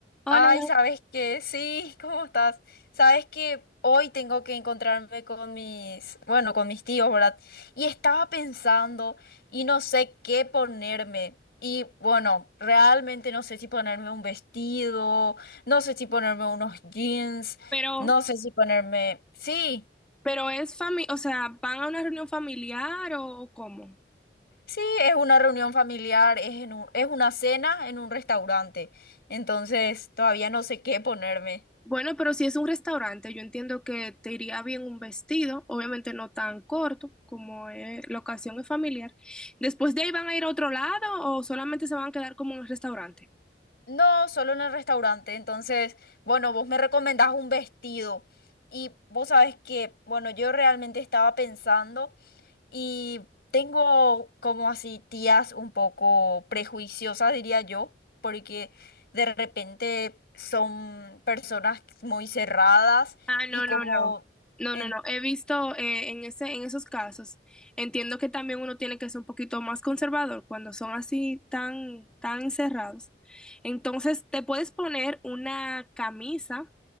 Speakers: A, in the centre; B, on the left.
A: Hola,
B: Ay, ¿sabes qué? Sí, <laughs> ¿cómo estás? ¿Sabes que Hoy tengo que encontrarme con mis, bueno, con mis tíos, ¿verdad? Y estaba pensando y no sé qué ponerme. Y bueno, realmente no sé si ponerme un vestido, no sé si ponerme unos jeans,
A: pero,
B: no sé si ponerme... Sí,
A: pero es familia, o sea, ¿van a una reunión familiar o cómo?
B: sí, es una reunión familiar, es en un- es una cena en un restaurante. Entonces, todavía no sé qué ponerme.
A: Bueno, pero si es un restaurante, yo entiendo que te iría bien un vestido, obviamente no tan corto como eh, la ocasión es familiar. Después de ahí van a ir a otro lado o solamente se van a quedar como en el restaurante.
B: No, solo en el restaurante. Entonces, bueno, vos me recomendás un vestido y vos sabés que, bueno, yo realmente estaba pensando y tengo como así tías un poco prejuiciosas, diría yo, porque de repente son personas muy cerradas
A: Ah, no,
B: y como...
A: no, no. No,
B: en-
A: no, no. He visto eh, en ese, en esos casos. Entiendo que también uno tiene que ser un poquito más conservador cuando son así tan, tan encerrados. Entonces, te puedes poner una camisa